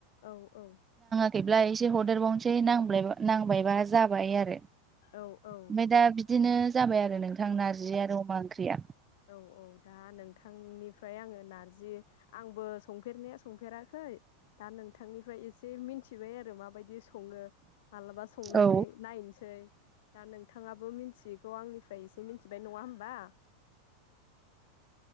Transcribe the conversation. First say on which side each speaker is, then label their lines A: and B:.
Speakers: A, on the left; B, on the right.
A: औ-औ
B: खैब्ला एसे हरदेरबावनोसै नांब्लायबा नांबायबा जाबाय आरो
A: औ-औ
B: ओमफ्राय दा बिदिनो जाबाय आरो नोंथां नारजि आरो अमा ओंख्रिया
A: औ औ दा नोंथांनिफ्राय आङो नारजि आंबो संफेरनाया संफेराखै दा नोंथांनिफ्राय एसे मिन्थिबाय आरो माबायदि सङो मालाबा संनानै
B: औ
A: नायनसै दा नों थाङाबो मिन्थिग खौ आंनिफ्राय एसे मिथिबाय नङा होमबा